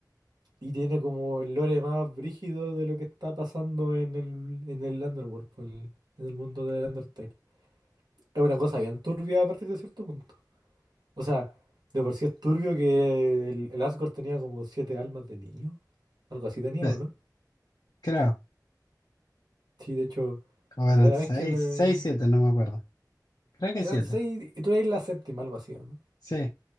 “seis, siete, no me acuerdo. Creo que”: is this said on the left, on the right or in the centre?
Left